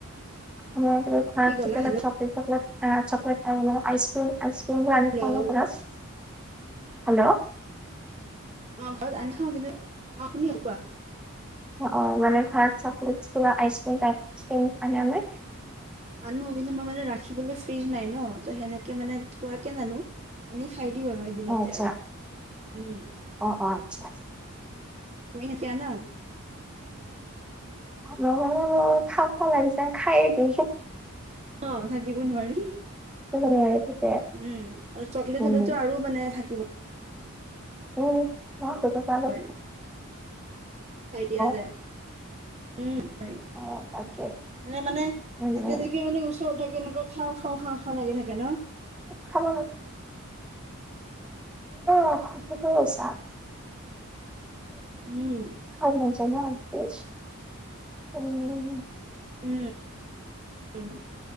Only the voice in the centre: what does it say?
আমাৰ একেবাৰে খোৱাৰ
পিছতে
এটা
চক <unintelligible> চকলেট, এ চকলেট আৰু অলপমান আইক্ৰীম, আইক্ৰীম মই আনি
খাওঁ নহয় <unintelligible> হেল্ল'
অ', অ', মানে ঘৰত চকলেটচ কিবা আইচক্ৰীম- টাইচক্ৰীম মানে <unintelligible>
অ আচ্ছা
অ', অ', আচ্ছা, আচ্ছা।
নহ'লে মই খাওঁ খাওঁ লাগিছে, খায়েই দিওঁ।
<unintelligible>
উম
উম, মই সেইটো কাৰণে
<unintelligible>
অ', তাকে।
উম
উম
খালে নাই? <unintelligible>
খাব মন যায় ন' একপিছ? উম।